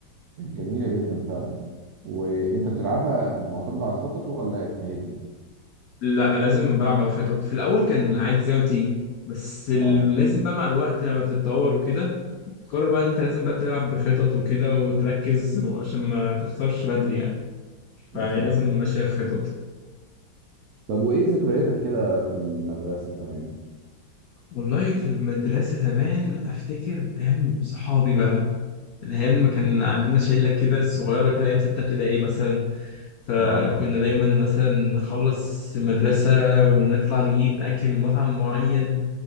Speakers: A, on the right; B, on the left.
A: جميلة جدا فعلا وانت بتلعبها معتمد على خطط ولا اجتهادي
B: لا لازم بلعب على خطط في الاول كان عادي زي ما تيجي بس ال-
A: اه
B: لازم بقى مع الوقت لما بتتطور وكده تقرر بقى ان انت لازم بقى تلعب بخطط وكده وتركز عشان ما تخسرش بدري يعني فهي
A: بالظبط
B: لازم ماشيه خطط
A: طب وايه ذكرياتك كده في المدرسة زمان
B: والله في المدرسه زمان افتكر ايام صحابي بقى الأيام ما كان عندنا شلة كده صغيرة كده أيام ستة ابتدائي مثلا فكنا
A: اه
B: دايما مثلا نخلص المدرسة ونطلع نجيب أكل من مطعم معين